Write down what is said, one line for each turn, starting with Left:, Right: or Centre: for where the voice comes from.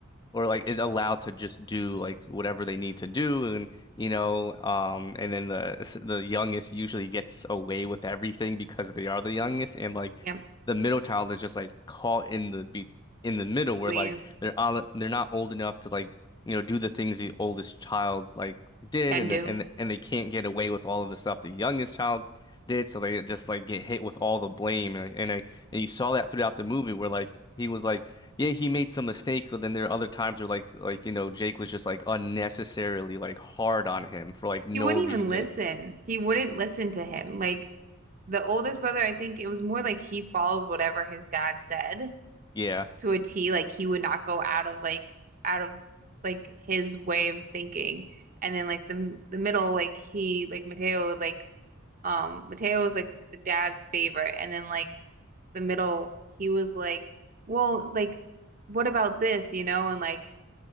Left: or like is allowed to just do like whatever they need to do and you know um and then the the youngest usually gets away with everything because they are the youngest and like
Right: Yep.
Left: the middle child is just like caught in the be in the middle where
Right: Between
Left: like they're on they're not old enough to like you know do the things the oldest child like did
Right: can
Left: and
Right: do.
Left: the- and and they can't get away with all of the stuff the youngest child did so they just like get hit with all the blame and and, I, and you saw that throughout the movie where like he was like yeah, he made some mistakes, but then there are other times where like like you know Jake was just like unnecessarily like hard on him for like no
Right: He wouldn't
Left: reason.
Right: even listen. He wouldn't listen to him. Like the oldest brother, I think it was more like he followed whatever his dad said.
Left: Yeah.
Right: to a T. Like he would not go out of like out of like his way of thinking. And then like the the middle, like he like Mateo would, like um Mateo was like the dad's favorite. And then like the middle, he was like, well, like what about this, you know? And like